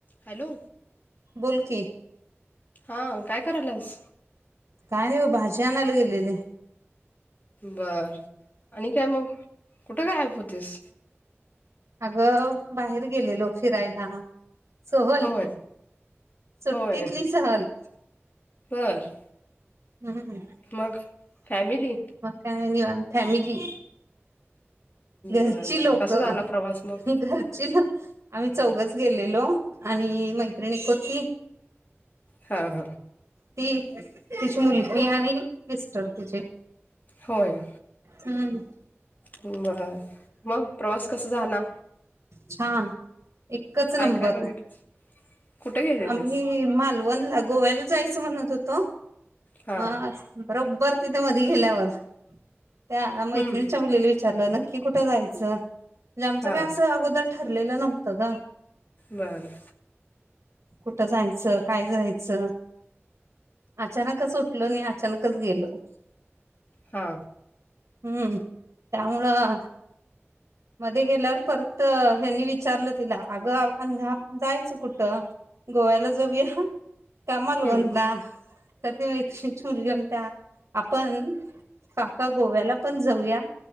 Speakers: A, on the left (about 40°); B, on the right (about 85°).
A: हॅलो
B: बोलकी
A: हा काय करायल्यास?
B: काय आणि बग, भाजी आणायला गेलेले.
A: बर आणि काय मग कुट गायब होतीस?
B: ग बाहेर गेलेलो फिरायला सहल,
A: होय
B: सुट्टीतली
A: होय
B: सहल
A: बर
B: हम्,
A: मग फॅमिली
B: मग काय आणि बाकी फॅमिली घरची
A: बर बर
B: लोकं
A: कसा झाला प्रवास मग
B: घरची लोक आम्ही चौघच गेलेलो आणि मैत्रिण एक होती.
A: हा हा
B: ती, तिची मुलगी आणि मिस्टर तिचे.
A: होय
B: हम्म
A: बर मग प्रवास कसा झा ना
B: छान. एकच नंबर.
A: काय बघितलंस कुठे गेलेलीस
B: आम्ही मालवण ला गोव्याला जायचं म्हणत होतो
A: हा
B: म आस बरोबर तिथं मधी गेल्यावर त्या मैत्रिणीच्या
A: हम्म
B: मुलीला विचार खरं नक्की कुठं जायचं? म्हणजे आमचं
A: हा
B: काय असं अगोदर ठरलेल नव्हत गं.
A: बर
B: कुठं जायचं, काय जायचं, अचानकच उठलो आणि अचानकच गेलो.
A: हा
B: हुं त्यामुळं मध्ये गेल्यावर परत, हेनी विचारलं तिला आगं नेहा आपण जायचं कुठ गोव्याला जाऊया? का मालवणला
A: हम्म
B: तर ती वैष्णवी ची मुलगी म्हणत्या, आपण काका गोव्याला पण जाऊया